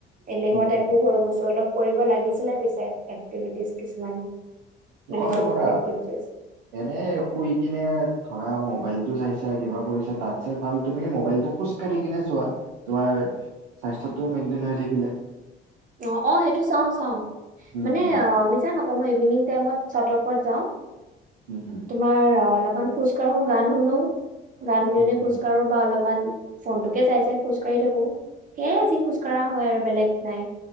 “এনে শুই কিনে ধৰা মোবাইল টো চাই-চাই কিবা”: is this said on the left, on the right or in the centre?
Right